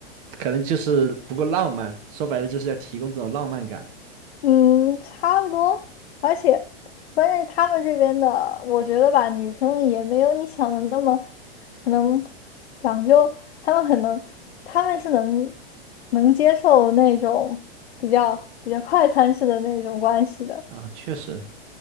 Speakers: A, on the right; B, on the left.
A: 可能就是不够浪漫，说白了就是要提供这种浪漫感。
B: 嗯，差不多。而且，关键是他们这边的，我觉得吧，女生也没有你想的那么可能讲究。他们很能，他们是能能接受那种比较比较快餐式的那种关系的。
A: 啊，确实，